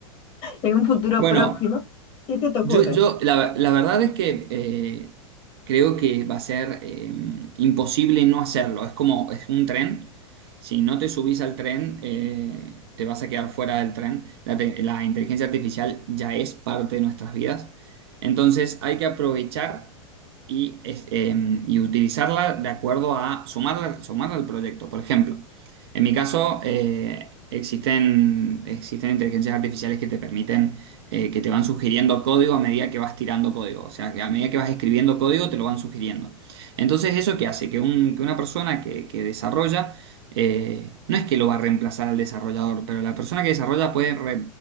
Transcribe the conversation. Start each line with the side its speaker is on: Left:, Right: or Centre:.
Left: en un futuro
Right: Bueno,
Left: próximo? ¿Qué se te ocurre?
Right: Yo, yo la, la verdad es que eh, creo que va a ser eh, imposible no hacerlo. Es como, es un tren. Si no te subís al tren, eh, te vas a quedar fuera del tren. La, te- la inteligencia artificial ya es parte de nuestras vidas. Entonces hay que aprovechar y, es- eh, y utilizarla de acuerdo a sumarla, sumarla al proyecto. Por ejemplo, en mi caso, eh, existen, existen inteligencias artificiales que te permiten, eh, que te van sugiriendo código a medida que vas tirando código. O sea, que a medida que vas escribiendo código, te lo van sugiriendo. Entonces, ¿eso qué hace? Que, un- que una persona que, que desarrolla, eh, no es que lo va a reemplazar al desarrollador, pero la persona que desarrolla puede, re-